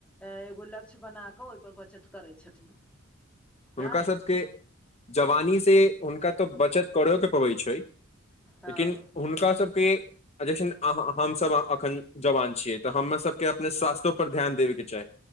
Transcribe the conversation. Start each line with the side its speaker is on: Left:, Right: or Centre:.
Centre: आ एगो लक्ष्य बना कऽ ओय पर बचत करै छथिन
Left: हुनका
Centre: नहि
Left: सबके जवानी से हुनका तऽ बचत करय कऽ पबय छै लेकिन
Centre: हँ
Left: हुनका सबके आ जखन अहाँ हमसभ एखन जवान छियै तऽ हम्मा सभके अपन स्वास्थो पर ध्यान देबय कऽ चाही